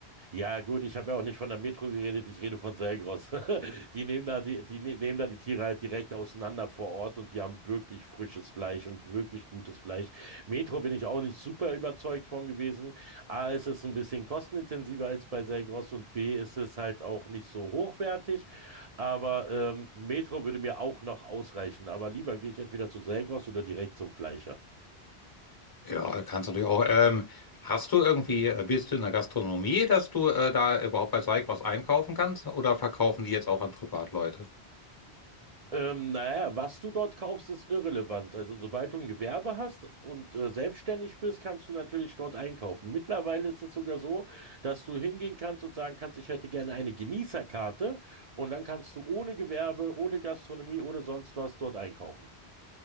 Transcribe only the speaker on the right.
Ja, gut, ich habe ja auch nicht von der Metro geredet, ich rede von Selgros. <laughs> Die nehmen da die, die ne- nehmen da die Tiere halt direkt auseinander vor Ort und die haben wirklich frisches Fleisch und wirklich gutes Fleisch. Metro bin ich auch nicht super überzeugt von gewesen. A, ist es ein bisschen kostenintensiver als bei Selgros und B, ist es halt auch nicht so hochwertig. Aber ähm, Metro würde mir auch noch ausreichen. Aber lieber gehe ich entweder zu Selgros oder direkt zum Fleischer.
Ähm, naja, was du dort kaufst, ist irrelevant. Also, sobald du ein Gewerbe hast und äh, selbstständig bist, kannst du natürlich dort einkaufen. Mittlerweile ist es sogar so, dass du hingehen kannst und sagen kannst, ich hätte gerne eine Genießerkarte und dann kannst du ohne Gewerbe, ohne Gastronomie, ohne sonst was dort einkaufen.